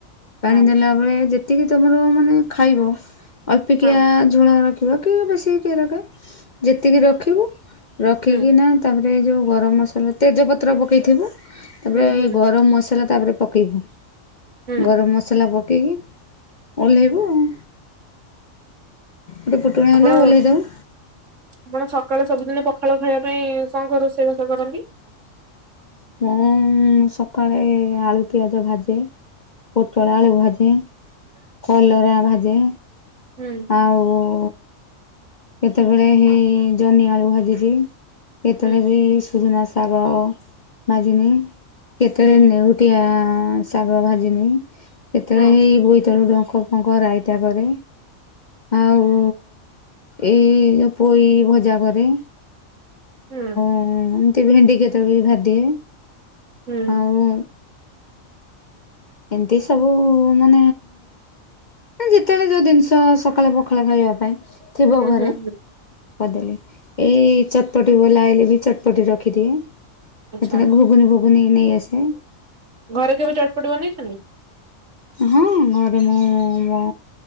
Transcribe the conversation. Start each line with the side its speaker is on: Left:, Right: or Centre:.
Right: ହଁ
Left: ପାଣି ଦେଲାବେଳେ ଯେ ତିକି ତମର ମାନେ ଖାଇବ ଅଳ୍ପିକିଆ
Right: ହଁ
Left: ଝୋଳ ରଖ ରଖିକି ବେଶୀ କିଏ ରଖେ ଯେତିକି ରଖିବୁ ରଖି
Right: ହୁଁ
Left: ନା ତାପରେ ଏଇ ଯୋଉ ଗରମ ମସଲା ତେଜ ପତ୍ର ପକେଇଥିବୁ ତାପରେ
Right: ହୁଁ
Left: ଏଇ
Right: ହୁଁ
Left: ଗରମ ମସଲା ତାପରେ ପକେଇବୁ।
Right: ହୁଁ
Left: ଗରମ ମସଲା ପକେଇକି ଓହ୍ଲେଇବୁ ଆଉ। ଏବେ ଫୁଟୁଣା
Right: ଆପଣ
Left: ହେଲେ ଓଲ୍ହେଇ ଦେବୁ।
Right: ଆପଣ ସକାଳେ ସବୁଦିନ ପଖାଳ ଖାଇବା ପାଇଁ କଣ କଣ ରୋଷେଇବାସ କରନ୍ତି?
Left: ମୁଁ ସକାଳେ ଆଳୁ ପିଆଜ ଭାଜେ। ପୋଟଳ ଆଳୁ ଭାଜେ, କଲରା ଭାଜେ।
Right: ହୁଁ।
Left: ଆଉ କେତେବେଳେ ହେଇ ଜହ୍ନିଆଳୁ ଭାଜିଦିଏ। କେତେବେଳେ
Right: ହୁଁ
Left: ବି ସୁଜନା ଶାଗ ଭାଜିନିଏ କେତେବେଳେ
Right: ହୁଁ
Left: ନେଉ ଟିଆ ଶାଗ ଭାଜିନିଏ କେତେବେଳେ
Right: ହଁ
Left: ହେଇ ବୋଇତାଳୁ ଡ଼ଙ୍କ ଡୁଙ୍କ ରାଇତା କରେ। ଆଉ ଏଇ ଯୋଉ ପୋଇ ଭଜା କରେ।
Right: ହୁଁ।
Left: ହ ଏମତି ଭେଣ୍ଡି କେତେବେଳେ ବି ଭାଜି ଦିଏ
Right: ହୁଁ
Left: ଆଉ ଏମିତି ସବୁ ମାନେ ଯେତେବେଳେ ଯୋଉ ଜିନିଷ ସକାଳେ ପଖାଳ ଖାଇବା ପାଇଁ ଥିବ
Right: ହୁଁ
Left: ଘରେ।
Right: ହୁଁ ହୁଁ
Left: କର୍ ଦେଲେ ଏଇ ଚଟପଟି ଗ ଲାଇଲେ ବି ଚଟପଟି ରଖିଦିଏ।
Right: ଆଚ୍ଛା
Left: ସେତ ଘୁଗୁନି ଫୁଗୁନି ନେଇ ଆସେ।
Right: ଘରେ କେବେ ଚଟପଟି ବନେଇଛନ୍ତି?
Left: ହଁ ଘରେ ମୁଁ ମୋ